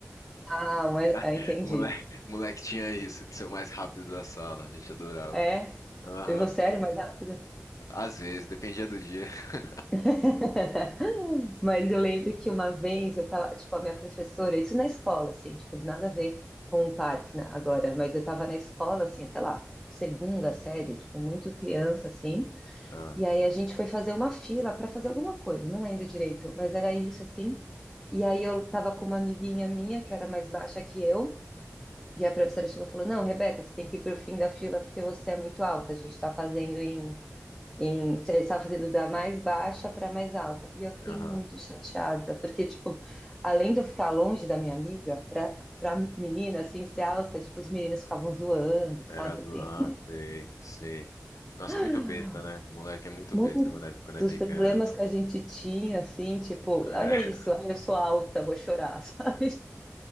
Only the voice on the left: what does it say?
<laughs>
Moleque, moleque tinha isso de ser o mais rápido da sala. A gente adorava.
Aham.
Às vezes, dependia do dia. <laughs>
Ah,
Aham.
Era
azul.
Ah, sei, sei. Nossa,
muito besta, né? Moleque é muito
besta quando é, quando é pequeno.
É.